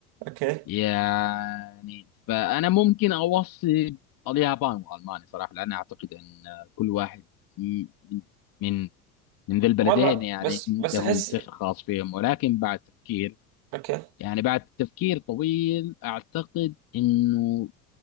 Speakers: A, on the right (about 55°); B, on the left (about 45°).
A: اوكي
B: يعني فأنا ممكن أوصي اليابان وألمانيا صراحة لأن أعتقد أن كل واحد من من من ذي البلدين
A: والله
B: يعني
A: بس
B: عندهم
A: بس احس
B: سحر خاص فيهم ولكن بعد تفكير
A: اوكي
B: يعني بعد تفكير طويل أعتقد أنه